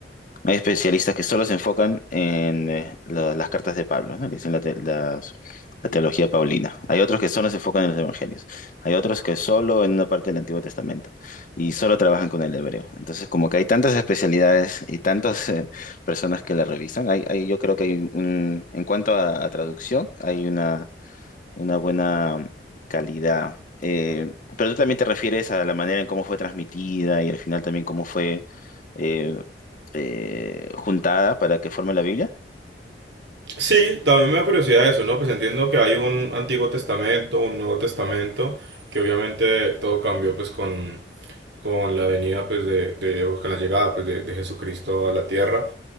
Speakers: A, on the left; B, on the right.
A: hay especialistas que solo se enfocan en eh, la- las cartas de Pablo, ¿no? Le dicen la, te- las- la teología paulina. Hay otros que solo se enfocan en los evangelios. Hay otros que solo en una parte del Antiguo Testamento y solo trabajan con el hebreo. Entonces, como que hay tantas especialidades y tantas eh, personas que la revisan, hay, hay- yo creo que hay un- en cuanto a, a traducción, hay una, una buena calidad. Eh, pero tú también te refieres a la manera en cómo fue transmitida y al final también cómo fue eh, eh, juntada para que forme la Biblia.
B: Sí, también me da curiosidad eso, ¿no? Pues entiendo que hay un Antiguo Testamento, un Nuevo Testamento, que obviamente todo cambió pues con, con la venida pues de, de- o con la llegada pues de, de Jesucristo a la tierra.